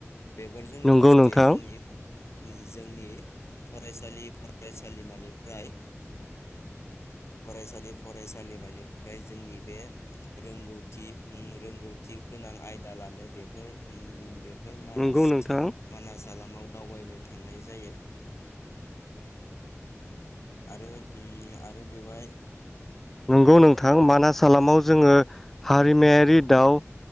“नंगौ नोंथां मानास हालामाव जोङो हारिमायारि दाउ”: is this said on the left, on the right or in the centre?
Centre